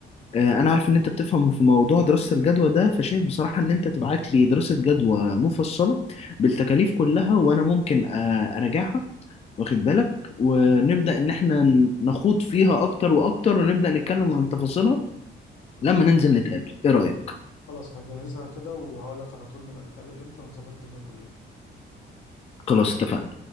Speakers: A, on the left (about 30°); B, on the left (about 75°).
A: آه، انا عارف ان انت بتفهم في موضوع دراسة الجدوى ده فشايف بصراحة ان انت تبعت لي دراسة جدوى مفصلة بالتكاليف كلها وانا ممكن آه، اراجعها واخد بالك ونبدأ ان احنا ن- نخوض فيها اكتر واكتر ونبدأ نتكلم عن تفاصيلها
B: تمام
A: لما ننزل نتقابل ايه رأيك
B: خلاص هجهزها كده وهقولك على طول نبقى نتقابل امتى ونظبط الدنيا كلها
A: خلاص اتفقنا